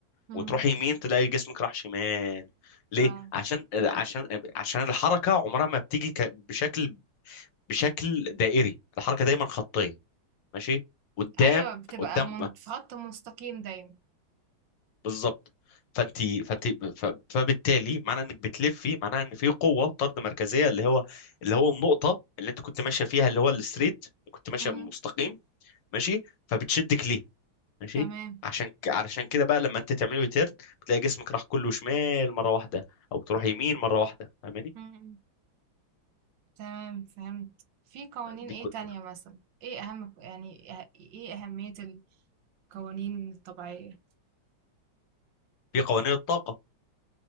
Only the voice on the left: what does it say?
وتروح يمين تلاقي جسمك راح شمال ليه
عشان عشان عشان الحركه عمرها ما بتيجي ك- بشكل بشكل دائري الحركه دايما خطيه ماشي قدام
قدام
بالظبط فانت فانت ف- فبالتالي معنى انك بتلفي معناها ان في قوه طرد مركزيه اللي هو اللي هو النقطه اللي انت كنت ماشيه فيها اللي هو الستريت كنت ماشيه
مستقيم ماشي فبتشدك ليها ماشي
عشان ك- علشان كده بقى لما انت تعمله يترن بتلاقي جسمك راح كله شمال مره واحده او تروح يمين مره واحده فاهماني
دي
كل
دي قوانين الطاقه